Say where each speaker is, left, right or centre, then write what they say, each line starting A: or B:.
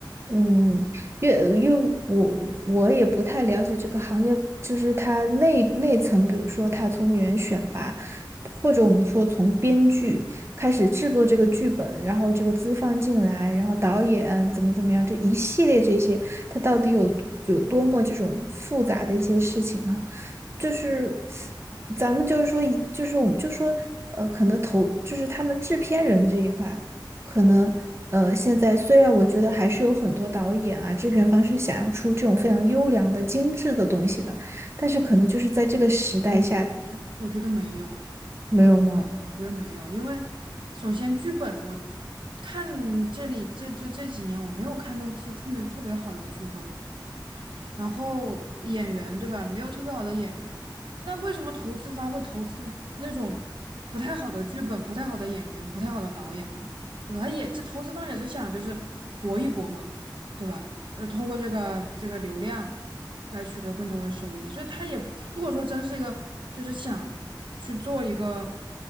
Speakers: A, on the right; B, on the right.
A: 嗯，因为因为我我也不太了解这个行业，就是它内内层，比如说它从演员选拔，或者我们说从编剧开始制作这个剧本，然后这个资方进来，然后导演怎么怎么样，这一系列这些，它到底有有多么这种复杂的一些事情啊？就是咱们就是说以，就是我们就说，呃，可能投就是他们制片人这一块。可能呃，现在虽然我觉得还是有很多导演啊、制片方是想要出这种非常优良的、精致的东西的，但是可能就是在这个时代下，
B: 嗯，我觉得没有。
A: 没有吗？
B: 我觉得没有，因为首先剧本我看这里这就这几年我没有看到就特别特别好的剧本，然后演员对吧，没有特别好的演员，那为什么投资方会投资那种不太好的剧本、不太好的演员、不太好的导演呢？对吧？他也这投资方也是想就是搏一搏嘛，对吧？呃，通过这个这个流量来取得更多的收益，所以他也如果说真是一个就是想去做一个